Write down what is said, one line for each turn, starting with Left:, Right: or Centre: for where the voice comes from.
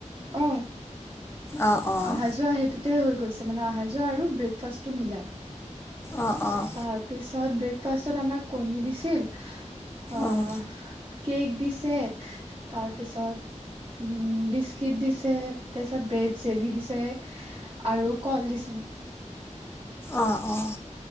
Right: অহ
Left: অঁ অঁ
Right: অহা যোৱা সেইটোতে হৈ গৈছে মানে আহা যোৱা আৰু ব্ৰেকফাষ্টটো মিলাই
Left: অঁ অঁ
Right: তাৰপিছত ব্ৰেকফাষ্টত আমাক কণী দিছিল অহ
Left: অঁ
Right: কেক দিছে তাৰপিছত উহ বিস্কিট দিছে তাৰপিছত ব্ৰেড জেলি দিছে আৰু কল দিছে
Left: অঁ অঁ